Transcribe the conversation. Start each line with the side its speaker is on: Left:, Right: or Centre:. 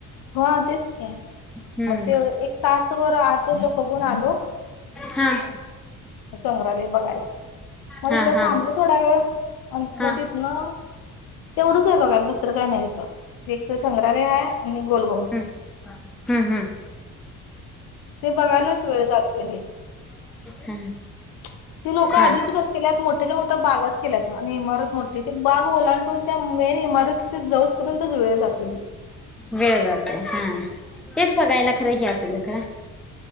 Left: हां तेचं खे
Centre: हम्म
Left: मंग ते एक तासंभर आंत लो बघूंन आलों.
Centre: हां.
Left: संग्रहालय बघांयला मंग
Centre: हा
Left: तिथं
Centre: हा
Left: थांबलं थोडां वेळं आणि
Centre: हा
Left: मंग तिथं नां. तेवढंच आहे बघांयला दुसरं कायं नाहीं तिथं एकचं संग्रहालय आहे आणि गोलगोम.
Centre: हम्मं हम्मं हम्मं.
Left: ते बघांयलाच वेळं जातो रे.
Centre: हा
Left: ती लोकं
Centre: हा
Left: आधीचीच केल्यांत मोठ्यांच्या मोठ्यां बागंच केल्यांत आणि इमारतं मोठी ते बांग ओलांडून. त्यां मेन इमारतीत जाऊंजपर्यंतच वेळं जातलेली.
Centre: वेळं जाते हां तेचं बघांयला खरं हे असेल खरं.